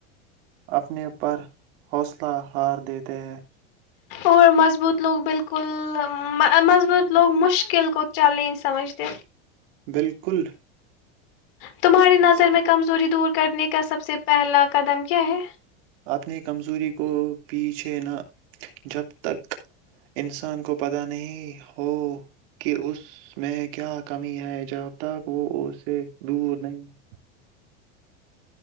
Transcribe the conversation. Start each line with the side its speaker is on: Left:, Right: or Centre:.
Right: اپنے پر حوصلہ ہار کہ <inaudible>
Left: اور مضبوط لوگ بالکل مضبوط لوگ مشکل گو چیلنج سمجھتے
Right: بالکل
Left: تمہاری نظر میں کمزوری دور کرنے کا سب سے پہلا قدم کیا ہے
Right: اپنی کمزوری کو پیچھ کہ نہ جب تک انسان کو پتا نہیں ہو کہ اس میں کیا کمی ہے جب تک وہ اسے دور نہیں